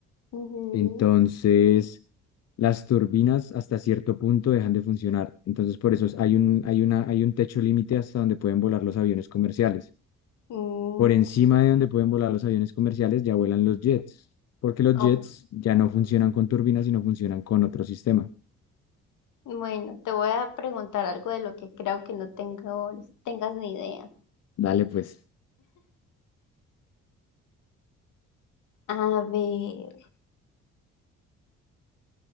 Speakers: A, on the left; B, on the left.
A: Ujú.
B: Entonces, las turbinas hasta cierto punto dejan de funcionar. Entonces, por eso es- hay un, hay una, hay un techo límite hasta donde pueden volar los aviones comerciales.
A: Mm,
B: Por encima de donde pueden volar los aviones comerciales ya vuelan los jets, porque los
A: ok.
B: jets ya no funcionan con turbinas, sino funcionan con otro sistema.
A: Bueno, te voy a preguntar algo de lo que creo que no tengo, tengas ni idea.
B: Dale, pues,
A: A ver.